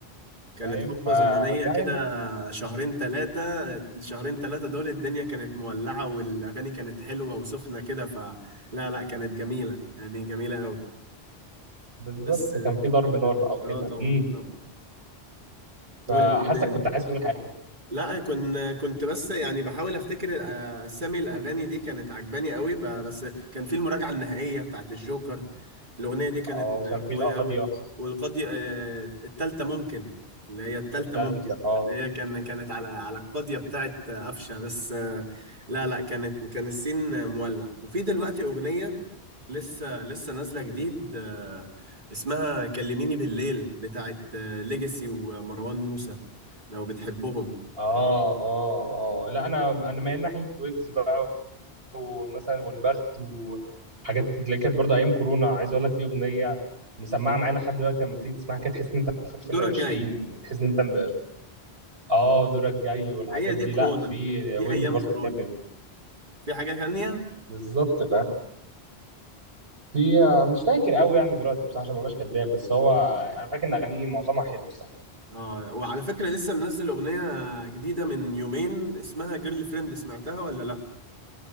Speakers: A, on the right (about 50°); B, on the right (about 70°).
A: كانت
B: فاهم
A: حقبة
B: ففي
A: زمنية كده
B: حاجة
A: شهرين ثلاثة شهرين ثلاثة دول الدنيا كانت مولعة والأغاني كانت حلوة وسخنة كده فلا لا لا، كانت جميلة يعني جميلة قوي
B: بالظبط
A: بس
B: كان في ضرب نار بقى وكده
A: اه طبعا
B: امم
A: طبعا
B: فحاسك
A: قول لي ايه تاني
B: كنت عايز تقول حاجه
A: لا كنت كنت بس يعني بحاول افتكر الأ- اسامي الاغاني دي كانت عجباني قوي ب- بس كان في المراجعه النهائيه بتاعت الجوكر الاغنيه دي كانت
B: اه وكان في
A: قويه
B: القاضيه
A: قوي والقاضي آه، التالتة ممكن اللي هي التالتة
B: التالتة
A: ممكن
B: اه
A: هي كان كانت على على القاضيه بتاعت آه، قفشه بس آه، لا لا كانت كان السين آه، مولع وفي دلوقتي اغنيه لسه لسه نازله جديد آه، اسمها كلميني بالليل بتاعت ليجاسي ومروان موسى لو بتحبهم
B: اه اه اه لا انا انا مايل ناحيه ويجز بقى ومثلا والبخت وحاجات اللي كانت برضو ايام كورونا عايز اقول لك في اغنيه مسمعه معانا لحد دلوقتي لما بتيجي تسمعها كده تحس ان انت في 2020
A: الدور الجاي
B: تحس ان انت م... اه دورك جاي والحاجات
A: هي
B: دي
A: دي
B: لا
A: كورونا
B: في
A: دي
B: ويجز
A: ايام
B: برضو
A: كورونا
B: جامد
A: في حاجة تانية
B: بالظبط فاهم في مش فاكر قوي يعني دلوقتي بصراحه عشان ما بقاش كداب بس هو يعني انا فاكر ان اغانيه معظمها حلوه الصراحه
A: اه وعلى فكرة لسه منزل اغنية جديدة من يومين اسمها جيرل فريند سمعتها ولا لا